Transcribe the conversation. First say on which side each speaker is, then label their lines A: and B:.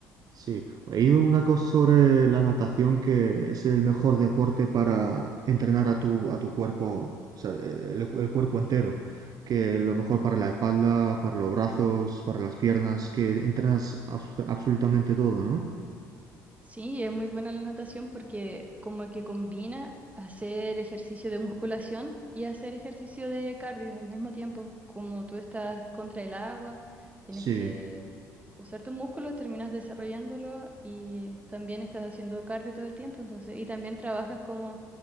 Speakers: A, on the right; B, on the right.
A: Sí, he ido una cosa sobre la natación que es el mejor deporte para entrenar a tu, a tu cuerpo, o sea, el, el cuerpo entero, que lo mejor para la espalda, para los brazos, para las piernas, que entrenas absu- absolutamente todo,
B: Ujú.
A: ¿no?
B: Sí, es muy buena la natación porque como que combina hacer ejercicio de musculación y hacer ejercicio de cardio al mismo tiempo. Como tú estás contra el agua, tienes
A: Sí,
B: que usar tus músculos, terminas desarrollándolo y también estás haciendo cardio todo el tiempo. Entonces, y también trabajas como